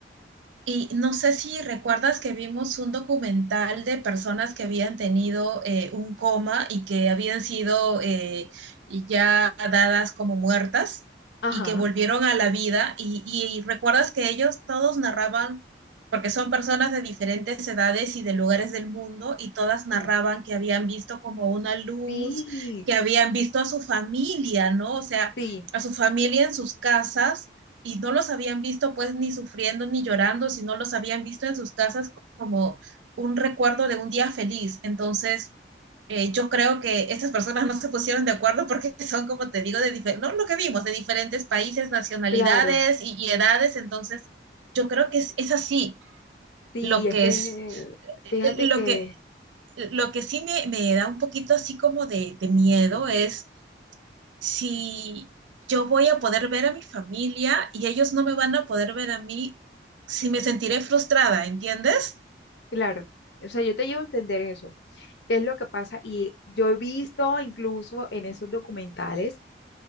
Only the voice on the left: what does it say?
Ajá,
Sí.
sí,
sí,
claro,
sí,
es
que
fíjate
que,
claro, o sea, yo te llevo a entender eso, qué es lo que pasa y yo he visto incluso en esos documentales